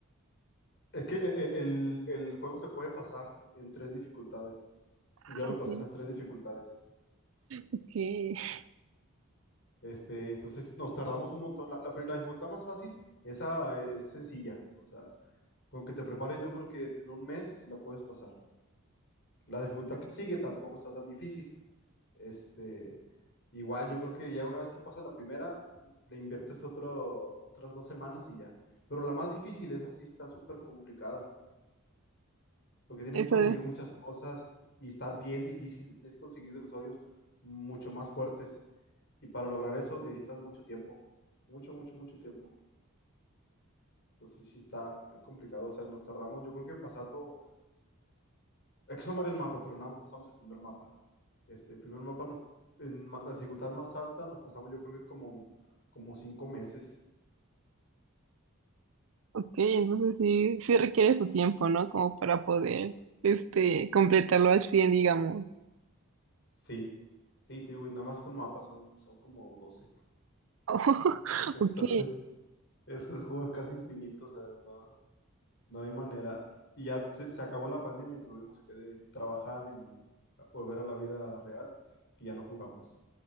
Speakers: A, on the left; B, on the right.
A: Es que el, el- el juego se puede pasar en tres dificultades.
B: Ah,
A: Y yo lo
B: Ok,
A: pasé en las tres dificultades.
B: ok, <laughs>
A: Este, entonces nos tardamos un montón. La, la pri- la dificultad más fácil, esa es sencilla. O sea, con que te prepares, yo creo que en un mes la puedes pasar. La dificultad que sigue tampoco está tan difícil. Este, igual yo creo que ya una vez que pasa la primera, le inviertes otro, otras dos semanas y ya. Pero la más difícil, esa sí está súper complicada, porque tienes
B: eso,
A: que conseguir muchas cosas y está bien difícil, tienes que conseguir dinosaurios mucho más fuertes. Y para lograr eso necesitas mucho tiempo, mucho, mucho, mucho tiempo. Entonces sí está complicado, o sea, nos tardamos, yo creo que en pasarlo Es que son varios mapas, pero nada más pasamos el primer mapa. Este, el primer mapa nos- en ma- la dificultad más alta nos pasamos yo creo que como, como cinco meses.
B: ok, entonces sí, sí requiere su tiempo, ¿no? Como para poder, este, completarlo al 100 digamos.
A: Sí, sí, te digo, y nada más fue un mapa, son, son como 12. <laughs>
B: Oh,
A: Entonces,
B: <laughs> ok,
A: esos juegos casi infinitos, o sea, no, no hay manera. Y ya se, se acabó la pandemia y tuvimos que de- trabajar y volver a la vida real y ya no jugamos.